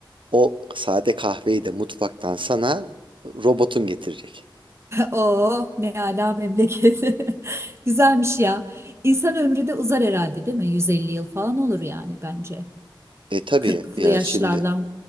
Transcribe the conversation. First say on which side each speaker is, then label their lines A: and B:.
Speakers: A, on the right; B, on the right.
A: o sade kahveyi de mutfaktan sana robotun getirecek.
B: Oo, ne ala memleket. <laughs> Güzelmiş ya. İnsan ömrü de uzar herhalde değil mi? 150 yıl falan olur yani bence.
A: E tabii
B: Kırklı
A: ya
B: yaşlardan
A: şimdi